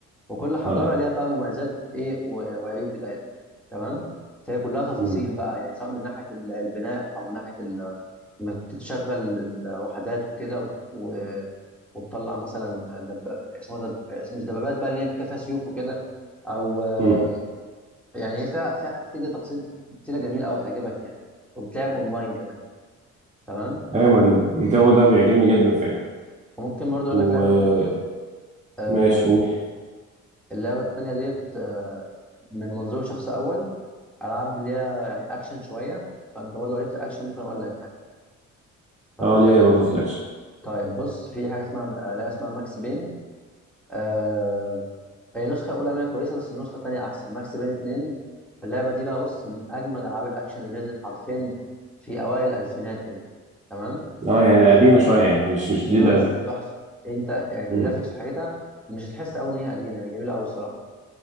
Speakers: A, in the centre; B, on the right.
A: وكل حضاره
B: اه
A: ليها بقى مميزات ايه و- وعيوب بتاعتها تمام فهي كلها تفاصيل
B: مم.
A: بقى يعني سواء من ناحيه ال- البناء او من ناحيه ال- انك تشغل الوحدات وكده و- وتطلع مثلا دب... اسمه دب... اسم مش دبابات بقى اللي هي كده فيها سيوف وكده او آه،
B: مم.
A: يعني هي فيها فيها حاجات كتير تفاصيل كتيره جميله قوي تعجبك يعني وبتلعب اونلاين كمان تمام
B: ايوه ما الجو ده بيعجبني جدا فعلا
A: وممكن برضه اقول
B: وماشي
A: لك لعبه تانيه آه
B: قول
A: اللعبه التانيه ديت آه من منظور شخص اول العاب ليها يعني اكشن شويه فانت برضه لو ليك في الاكشن ممكن اقول لك يعني فتحب
B: اه ليا
A: الاكشن
B: برضه في الاكشن
A: طيب بص في حاجه اسمها آه، لعبه اسمها ماكس بين آه... هي النسخه الاولى منها كويسه بس النسخه الثانيه احسن ماكس بين 2 اللعبه دي بقى بص من اجمل العاب الاكشن اللي نزلت حرفيا في اوائل الالفينات كده تمام
B: اه يعني قديمه شويه يعني مش مش جديده
A: قديمه بس
B: قوي
A: تحفه انت يعني كجرافيكس
B: مم.
A: وحاجتها مش هتحس قوي ان هي قديمه يعني جميله قوي الصراحه